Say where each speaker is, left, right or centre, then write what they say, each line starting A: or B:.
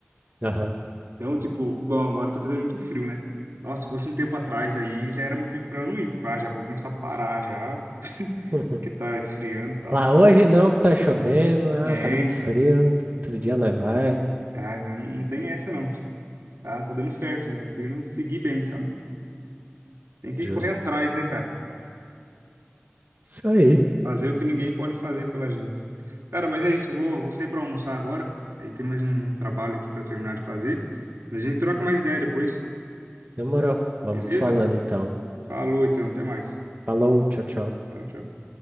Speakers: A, on the right; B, on the right.
A: Aham.
B: Então, tipo, igual agora tá fazendo muito frio, né? Nossa, se fosse um tempo atrás aí, já era motivo pra eu não ir. Tipo, ah, já vou começar a parar já, <laughs>
A: Uhum.
B: porque tá esfriando e tal.
A: Lá hoje não, que tá chovendo, ah,
B: É,
A: tá muito
B: então.
A: frio, outro dia nós vai.
B: Ah, mas não tem essa não. Tá, tá dando certo, não tô conseguindo seguir bem, sabe? Tem que
A: Justo.
B: correr atrás, né, cara?
A: Isso aí.
B: Fazer o que ninguém pode fazer pela gente. Cara, mas é isso, eu vou, vou sair pra almoçar agora. Aí tem mais um um trabalho aqui pra terminar de fazer. Mas a gente troca mais ideia depois,
A: Demorou. Vamos
B: beleza?
A: falando então.
B: Falou então, até mais.
A: Falou, tchau, tchau.
B: Tchau, tchau.